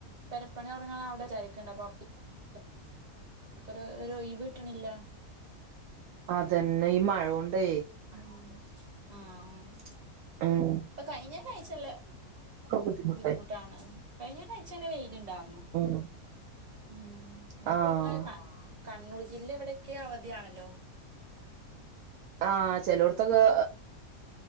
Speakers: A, on the right; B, on the right.
A: പെരപ്പണി തുടങ്ങണ അവിടെ വിചാരിക്കണ്ട <unintelligible> ഒരു ഒരു ഒഴിവ്‌കിട്ടണില്ല
B: അതന്നെ ഈ മഴൊണ്ടേ
A: ഉം ആഹ് അഹ്
B: ആഹ്
A: ഇപ്പൊ കഴിഞ്ഞ ഒരാഴ്ചല്ല
B: ബുദ്ധിമുട്ടന്നെ
A: ബുദ്ധിമുട്ടാണ് കഴിഞ്ഞ ഒരാഴ്ച നല്ലെ വെയിലുണ്ടാർന്നു
B: <inaudible>
A: ഉം ഇന്ന്പ്പോ
B: ആഹ്
A: ങ്ങ് ക കണ്ണൂർ ജില്ല എവിടെക്കെ അവധിയാണല്ലോ
B: ആഹ ചെലടത്തൊക്കെ